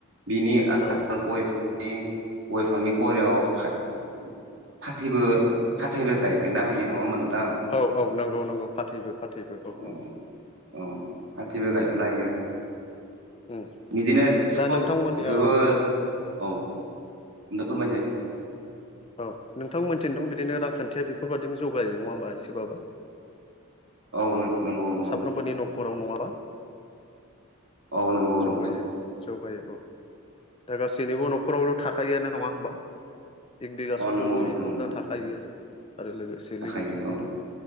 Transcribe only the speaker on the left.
औ औ
औ औ नंगौ नंगौ फाथैबो फाथैबो
औ नंगौ
उम
दा नोंथांमोननिया
औ नोंथां मोनथिनो दं बिदिनो रांखान्थिया बेफोरबाददिनो जगायायो नङा होनोमबा एसेबाबो
साफ्रोमबोनि न'खराव नङाबा
जौगायो जौगायो औ दा गासैनिबो न'खरावल' थाखआानो नङा होमबा एक बिगासोथ'
गय
बिफांफ्रा
थाखा खायो आरो लोगोसे
लेबु बिफांफोर